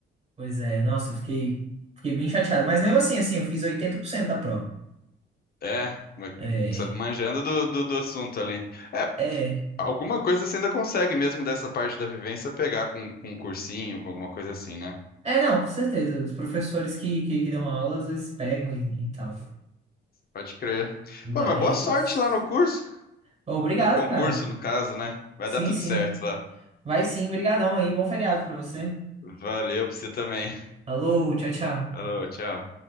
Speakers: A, on the right (about 35°); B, on the left (about 50°).
A: Pois é, nossa, eu fiquei, fiquei bem chateado. Mas mesmo assim, assim, eu fiz 80% da prova.
B: É, mas,
A: É,
B: sabe, manjando do, do, do assunto ali. É,
A: é.
B: alguma coisa você ainda consegue mesmo dessa parte da vivência pegar com, com um cursinho, com alguma coisa assim, né?
A: É, não, com certeza. Os professores que, que, que dão aula às vezes pegam e, e tal.
B: Pode crer.
A: Mas.
B: Pô, mas boa sorte lá no curso.
A: Obrigado,
B: No concurso,
A: cara.
B: no caso, né? Vai
A: Sim,
B: dar tudo
A: sim.
B: certo lá.
A: Vai sim, brigadão aí. Bom feriado pra você.
B: Valeu pra você também.
A: Alô, tchau, tchau.
B: Falou, tchau.